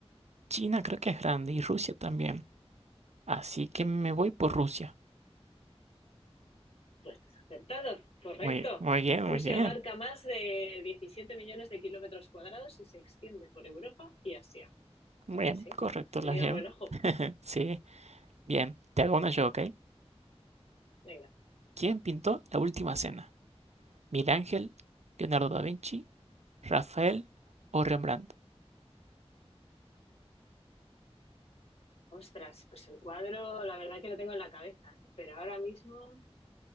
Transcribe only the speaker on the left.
Pues estás acertado, correcto.
Rusia
abarca más de 17 millones de kilómetros cuadrados y se extiende por Europa y Asia.
O sea que
sí,
has tenido
buen ojo.
Venga.
Ostras, pues el cuadro, la verdad que lo tengo en la cabeza, ¿eh? pero ahora mismo